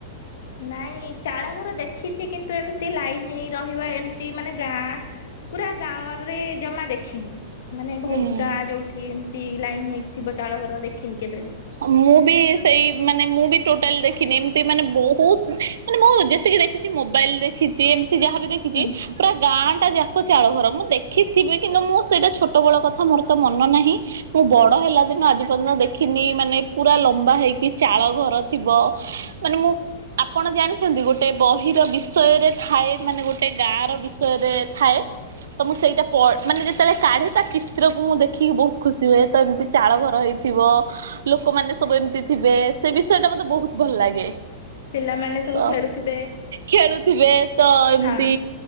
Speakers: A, on the left; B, on the right.
A: ନାଇଁ, ଚାଳ ଘର ଦେଖିଛି କିନ୍ତୁ ଏମ ତି ଲାଇନ୍ ହେଇ ରହିବ, ଏମତି ମାନେ ଗାଁ ପୁରା ଗାଁ ରେ ଜମା ଦେଖିନି। ମାନେ ବହୁତ୍
B: ଉଁ
A: ଗାଁ ଯୋଉଠି ଏମତି ଲାଇନ ହେଇକି ଥିବ ଚାଳଘର ଦେଖିନି କେବେବି।
B: ମୁଁ ବି ସେଇ, ମାନେ ମୁଁ ବି ଟୋଟାଲି ଦେ ଖିନି ଏମିତି ମାନେ ବହୁତ୍ ମାନେ ମୁଁ ଯେତିକି ଦେଖିଛି ମୋବାଇଲରେ ଦେଖିଛି। ଯାହା ବି ଦେଖିଛି,
A: ହୁଁ
B: ପୁରା ଗାଁଟା ଯା କ ଚାଳ ଘର। ମୁଁ ଦେଖିଥିବି କିନ୍ତୁ ମୁଁ ସେଇଟା ଛୋଟ ବେଳ କଥା ମୋର ତ ମନ ନାହିଁ। ମୁଁ ବଡ ହେଲା ଦିନୁ ଆଜି ପର୍ଯ୍ୟନ୍ତ ଦେ ଖିନି ମାନେ ପୁରା ଲମ୍ବା ହେଇକି ଚାଳ ଘର ଥିବ, ମାନେ ମୁଁ ଆପଣ ଜାଣିଛନ୍ତି? ଗୋଟେ ବହିର ବିଷୟରେ ଥାଏ ମାନେ ଗୋଟେ ଗାଁର ବିଷ ୟରେ ଥାଏ, ତ ମୁଁ ସେଇଟା ପ ମାନେ ଯେତେବେଳେ କାଢ଼େ ତା ଚିତ୍ରକୁ ମୁଁ ଦେଖିକି ବହୁତ ଖୁସି ହୁଏ ତ ଏମିତି ଚାଳ ଘର ହେଇଥିବ ଲୋକମାନେ ସବୁ ଏମିତି ଥିବେ, ସେ ବିଷୟଟା ମତେ ବହୁତ ଭଲ ଲାଗେ।
A: ପିଲାମାନେ ସବୁ
B: ତ
A: ଖେଳୁଥିବେ
B: ଖେଳୁଥିବେ ତ ଏମତି
A: ହଁ